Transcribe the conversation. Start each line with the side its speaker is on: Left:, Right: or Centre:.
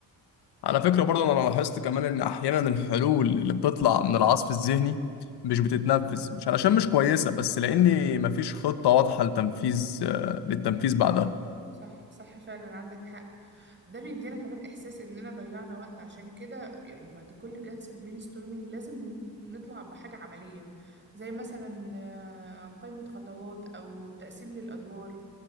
Left: على فكرة برضه أنا لاحظت كمان إن أحيانا الحلول اللي بتطلع من العصف الذهني مش بتتنفذ مش علشان مش كويسة بس لأن مفيش خطة واضحة لتنفيذ آه، للتنفيذ بعدها
Right: صح صح فعلا عندك حق ده بيدينا كمان إحساس إننا ضيعنا وقت عشان كده يعني بعد كل جلسة brainstorming لازم نطلع بحاجة عملية زي مثلا آه، قائمة خطوات أو تقسيم للأدوار